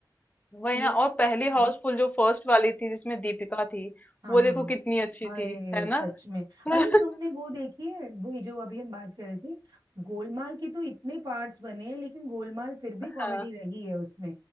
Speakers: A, on the left; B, on the right.
A: वही
B: लेकिन
A: ना और पहली
B: नहीं
A: हाउसफुल जो फर्स्ट वाली थी जिसमें दीपिका थी
B: हाँ
A: वो
B: हाँ
A: देखो कितनी अच्छी
B: अरे
A: थी है
B: सच
A: ना
B: में
A: <laughs>
B: अरे तुमने वो देखी है वो जो अभी हम बात कर रहे थे गोलमाल के तो इतने पार्ट्स बने हैं लेकिन गोलमाल फिर भी
A: हाँ
B: कॉमेडी रही है उसमें